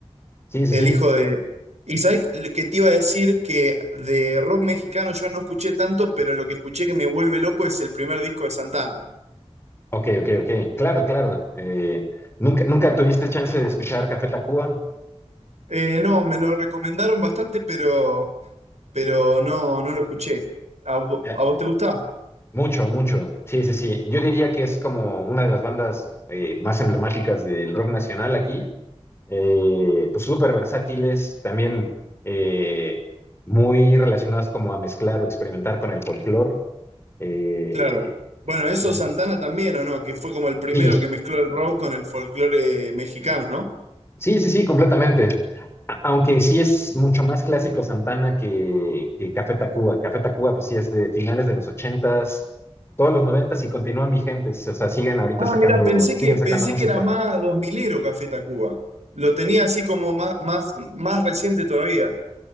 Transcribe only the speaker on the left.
Sí, sí,
sí.
Ok, ok, ok. Claro, claro. Eh, ¿nunca, nunca tuviste chance de escuchar Café Tacuba?
Ya,
Mucho, mucho. Sí, sí, sí. Yo diría que es como una de las bandas eh, más emblemáticas del rock nacional aquí. Eh, pues súper versátiles, también eh, muy relacionadas como a mezclar o experimentar con el folclore. Eh,
y
sí,
Sí, sí, sí, completamente. A- Aunque sí es mucho más clásico Santana que, que Café Tacuba. Café Tacuba, pues sí, es de finales de los ochentas, todos los noventas y continúan vigentes. O sea, siguen ahorita
sacando,
siguen
sacando
música.